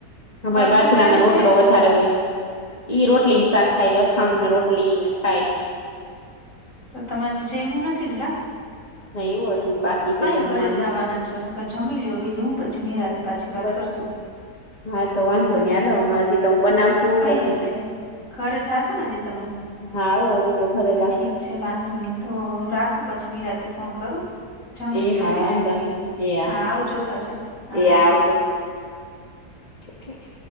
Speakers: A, on the left; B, on the left.
A: અમાર
B: તમારા
A: બાજરાના
B: છોકરા ને
A: રોટલો
B: જોઈએ કે
A: વધારે હોય ઈ રોટલી ને શાક ખાઈ અથાણું ને રોટલી ને છાય
B: તો તમેજ જેમું નથી ને કા
A: નહી એવું હજી બાકી છે
B: કઈ
A: જમવાનું
B: ઘરે જવા ના છો અને જમી લો બીજું હું પછી નિરાજે પાછી વાત
A: બસ
B: કરશું
A: હા તો વાંધો નહી હાલ હમ હજી તો હું બનાવશ શું
B: કઈ
A: પછી
B: એટલે ઘરે જાશો ને હજી તમે
A: હાધી તો ઘરે જ
B: ઠીક વાંધો ની તો હું રાખું પછી ની રાતે ફોન કરું જમી
A: એ
B: લ્યો
A: હા
B: કે
A: વાંધો નહી એ
B: હા આવજો પાછા હા
A: એ આવજો છ છ છ